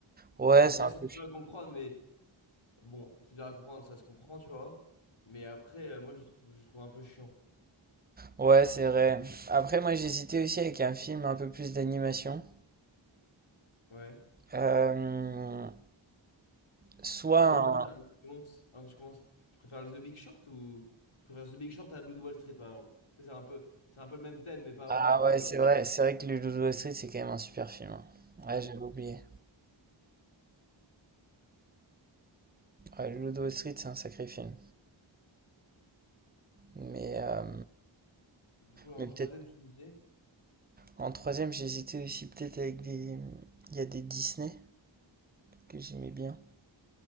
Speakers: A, on the right; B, on the left.
A: Ouais,
B: Enfin,
A: c'est
B: déjà,
A: un
B: c'est
A: peu. ch-
B: dur à comprendre, mais bon, c'est dur à comprendre, ça se comprend, tu vois. Mais après, euh, moi, je le trouve, je le trouve un peu chiant.
A: Ouais, c'est vrai. Après, moi j'hésitais aussi avec un film un peu plus d'animation.
B: Ouais.
A: Euh, soit
B: On t'a
A: un...
B: juste dit, là, avant que tu commences, avant que tu commences, tu préfères le The Big Short ou tu préfères The Big Short à Loup de Wall Street, par exemple? Tu sais, c'est un peu, c'est un peu le même thème, mais pas
A: Ah
B: vraiment, tu
A: ouais,
B: vois.
A: c'est vrai, c'est vrai que le Loup de Wall Street, c'est quand même un super film. hein. Ouais,
B: Ouais.
A: j'avais oublié. Ouais, le Loup de Wall Street, c'est un sacré film. Mais, euh,
B: Du coup, en
A: Mais
B: troisième,
A: peut-être.
B: tu me disais?
A: en troisième, j'hésitais aussi peut-être avec des... Il y a des Disney que j'aimais bien.